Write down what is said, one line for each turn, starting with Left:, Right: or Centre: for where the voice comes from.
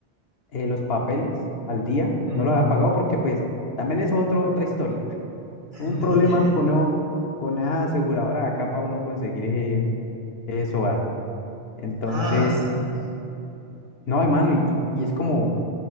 Left: eh, los papeles al día,
Right: ujú,
Left: no los había pagado porque pues también es otro, otra historia.
Right: <laughs>
Left: Un problema
Right: Ok.
Left: con, o- con esa aseguradora de acá para uno conseguir ese, ese SOAT. Entonces,
Right: Ah, sí.
Left: no, hermano, y, y y es como...